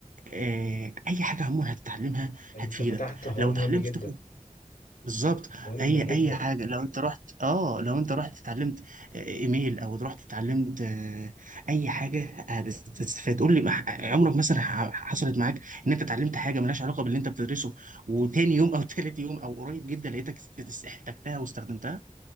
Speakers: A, on the right; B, on the left.
A: آه، اي حاجه عموما هتتعلمها
B: انت
A: هتفيدك
B: فتحت حوار
A: لو
B: مهم
A: اتعلمت
B: جدا
A: تاخد بالظبط
B: مهم
A: اي
B: جدا
A: اي حاجه لو انت رحت اه لو انت رحت اتعلمت آه، ايميل او رحت اتعلمت آه، اي حاجه هتستفاد قول لي مح- عمرك مثلا ح- حصلت معاك ان انت اتعلمت حاجه ملهاش علاقه باللي انت بتدرسه وتاني يوم او <laughs> تالت يوم او قريب جدا لقيتك است- است- احتجتها واستخدمتها